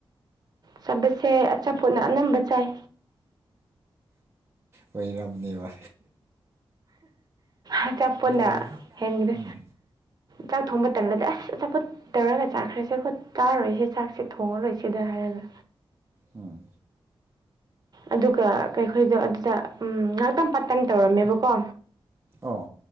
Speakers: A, on the right (about 45°); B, on the right (about 30°).
A: ꯆꯥꯕꯁꯦ ꯑꯆꯥꯄꯣꯠꯅ ꯑꯅꯝꯕ ꯆꯥꯏ꯫
B: ꯑꯣꯏꯔꯝꯅꯤꯕ꯫
A: ꯑꯆꯄꯣꯠꯅ
B: ꯂꯩꯕ
A: ꯍꯦꯟꯈ꯭ꯔꯦ꯫
B: ꯎꯝ
A: ꯆꯥꯛ ꯊꯣꯡꯕ ꯃꯇꯝꯜꯂꯗꯗꯤ ꯑꯁ ꯑꯆꯥꯄꯣꯠ ꯇꯧꯔꯒ ꯆꯥꯛꯈ꯭ꯔꯁꯦ ꯑꯩꯈꯣꯏ ꯆꯥꯔꯔꯣꯏꯁꯦ ꯆꯥꯛꯁꯦ ꯊꯣꯡꯉꯔꯣꯏ ꯁꯤꯗ ꯍꯥꯏꯔꯒ꯫
B: ꯎꯝ꯫
A: ꯑꯗꯨꯒ ꯀꯩꯈꯣꯏꯗꯣ ꯑꯗꯨ ꯎꯝ ꯉꯥꯏꯍꯥꯛꯇꯪ ꯄꯥ ꯇꯥꯏꯝ ꯇꯧꯔꯝꯃꯦꯕꯀꯣ
B: ꯑꯣ